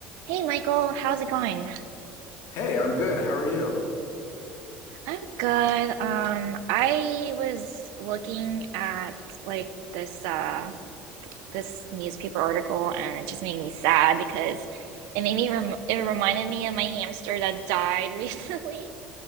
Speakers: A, on the right; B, on the left.
A: Hey Michael, how's it going?
B: Hey, I'm good. How are you?
A: I'm good. Um, I was looking at like this uh this newspaper article and it just made me sad because it made me rem it reminded me of my hamster that died <laughs> recently.